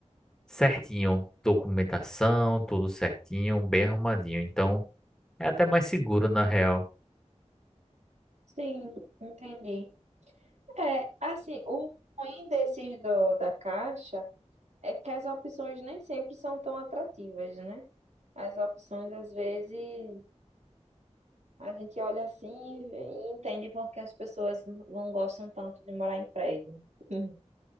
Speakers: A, in the centre; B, on the right.
A: certinho, documentação, tudo certinho, bem arrumadinho. Então É até mais seguro, na real.
B: Sim, entendi. É, assim, o ruim desses do, da Caixa é que as opções nem sempre são tão atrativas, né? As opções, às vezes, a gente olha assim e entende porque as pessoas não gostam tanto de morar em prédio. <laughs>